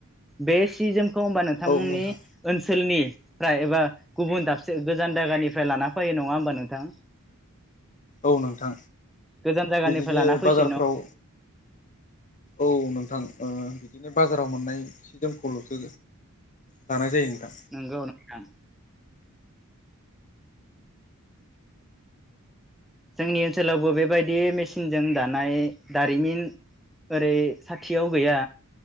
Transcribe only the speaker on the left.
औ नोंथां
औ नोंथां।
बिदिनो
बाजारफ्राव
औ नोंथां। ओ बिदिनो बाजाराव मोननाय सि जोमखौल'सो लानाय जायो। नोंथां